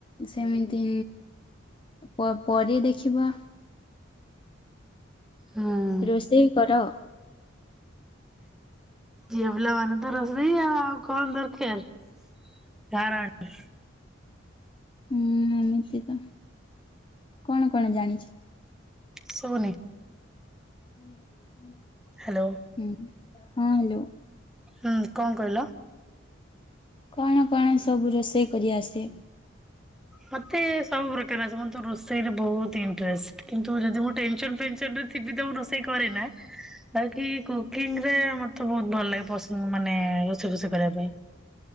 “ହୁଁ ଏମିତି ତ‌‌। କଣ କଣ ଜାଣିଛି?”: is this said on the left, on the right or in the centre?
Left